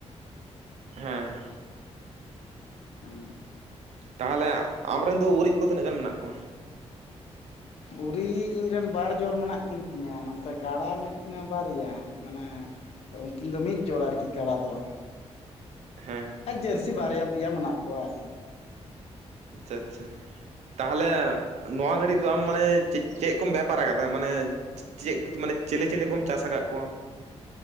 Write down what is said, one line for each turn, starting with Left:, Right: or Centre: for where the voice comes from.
Right: ᱦᱮᱸ
Left: ᱦᱩ
Right: ᱛᱟᱦᱚᱞᱮ ᱟᱢ ᱨᱮᱱ ᱫᱚ ᱩᱨᱤᱡ ᱠᱚ ᱛᱤᱱᱟᱹᱜ ᱜᱟᱱ ᱢᱮᱱᱟᱜ ᱠᱚᱣᱟ?
Left: ᱩᱨᱤᱡ ᱤᱧᱨᱮᱱ ᱵᱟᱨ ᱡᱚᱨ ᱢᱮᱱᱟᱜ ᱠᱤᱱ ᱛᱤᱧᱟ ᱱᱚᱱᱛᱮ ᱠᱟᱬᱟ ᱢᱮᱱᱟᱜ ᱠᱤᱱᱟ ᱵᱟᱨᱭᱟ᱾ ᱢᱟᱱᱮ ᱩᱨᱠᱤᱱ ᱫᱚ ᱢᱤᱫ ᱡᱚᱲ ᱟᱨᱠᱤ ᱠᱟᱲᱟ ᱫᱚ᱾
Right: ᱦᱮᱸ
Left: ᱟᱨ ᱡᱟᱹᱨᱥᱤ ᱵᱟᱨᱭᱟ ᱯᱮᱭᱟ ᱢᱮᱱᱟᱜ ᱠᱚᱣᱟ ᱟᱨᱠᱤ
Right: ᱟᱪᱪᱷᱟ ᱟᱪᱪᱷᱟ ᱛᱟᱦᱚᱮ ᱱᱚᱣᱟ ᱜᱷᱟᱹᱲᱤᱡ ᱫᱚ ᱟᱢ ᱢᱟᱱᱮ ᱪᱮᱜ ᱠᱚᱢ ᱵᱮᱯᱟᱨ ᱟᱠᱟᱫᱟ ᱢᱟᱱᱮ ᱪᱮᱜ ᱢᱟᱱᱮ ᱪᱮᱞᱮ ᱪᱮᱞᱤ ᱠᱚᱢ ᱪᱟᱥ ᱠᱟᱜ ᱠᱚᱣᱟ?